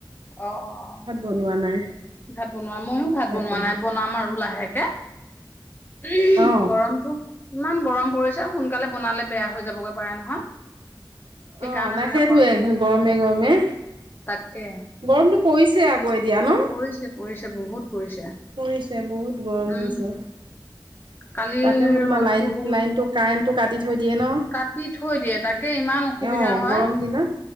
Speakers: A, on the left; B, on the right.
A: অ'।
B: ভাত বনোৱা নাই।
A: ভাত বনোৱা ময়ো ভাত
B: তাকে
A: বনোৱা নাই বনাম আৰু লাহেকে। উম
B: অ
A: গৰমটো ইমান গৰম পৰিছে সোনকালে বনালে বেয়া হৈ যাবগৈ পাৰে নহয়। সেইকাৰণে
B: অ নাই
A: মানে
B: সেইটোৱে
A: অকণ
B: গৰমে গৰমে,
A: তাকে
B: গৰমটো পৰিছে আকৌ এতিয়া ন।
A: পৰিছে পৰিছে বহুত পৰিছে,
B: পৰিছে বহুত গৰম
A: উম।
B: হৈছে
A: কালিৰ
B: তাতে মই তোমাৰ
A: ৰ'দটো
B: লাইন
A: বহুত
B: লাইনটো কাৰেণ্টটো কাটি থৈ দিয়ে ন।
A: কাটি থৈ দিয়ে তাকে ইমান অসুবিধা
B: অ
A: হয়,
B: গৰম দিনত